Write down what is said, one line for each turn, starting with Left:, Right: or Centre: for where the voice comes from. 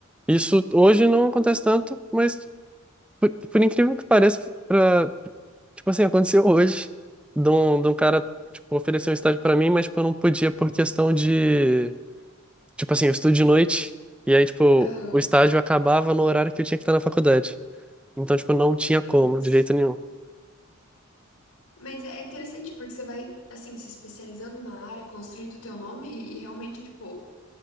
Centre: Isso hoje não
Left: Uhum.
Centre: acontece tanto, mas por, por incrível que pareça, pra, tipo assim, aconteceu hoje de um, de um cara, tipo, oferecer um estágio pra mim, mas tipo, eu não podia por questão de, tipo assim, eu estudo de noite e aí, tipo,
Left: Aham.
Centre: o estágio acabava no horário que eu tinha que estar na faculdade. Então, tipo, não tinha como,
Left: Putz.
Centre: de jeito nenhum.
Left: Mas é interessante porque você vai, assim, se especializando numa área, construindo o teu nome e, e realmente, tipo,